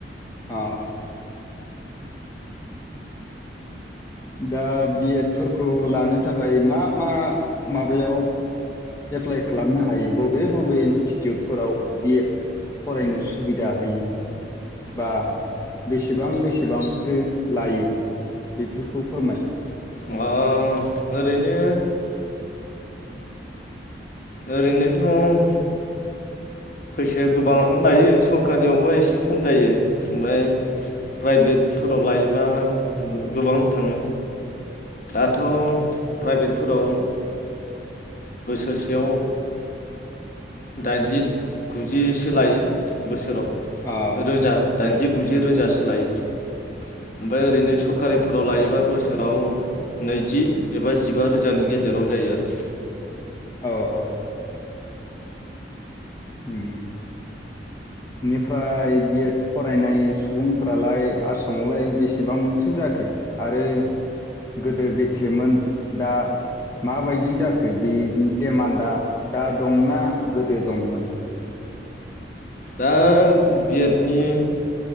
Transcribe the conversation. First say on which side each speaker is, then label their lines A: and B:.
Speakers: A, on the left; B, on the left.
A: औ। दा बिएड फोरफोरखौ लानो थाखाय मा मा माबायाव एप्लाइ खालामनो हायो बबे बबे इन्स्टिटिउटफोराव बिएड फरायनो सुबिदा होयो। बा। बेसेबां बेसेबांसो लायो बेफोरखौ फोरमाय
B: अ ओरैनो।
A: <inaudible>
B: ओरैनोथ' फैसाया गोबाङानो लायो सरखारियावबो एसे खम जायो ओमफ्राय प्राइभेटफोराव लायोबा गोबां थाङो दाथ' प्राइभेटफोराव। बोसोरसेयाव। दाइनजि गुजि। लायो बोसोराव
A: अ
B: रोजा दाइनजि। गुजि रोजासो लायो ओमफ्राय ओरैनो सरकारिफोराव लायोबा बोसोराव नैजि एबा जिबा रोजानि गेजेराव जायो आरो।
A: औ औ। ओम बेनिफ्राय बिएड फरायनाय सुबुंफोरालाय आसामावलाय बेसेबांसो जाखो आरो गोदो बेथेमोन दा माबायदि जाखो बिनि डेमान्डआ दा दंना गोदो दंमोन।
B: दा बिएड नि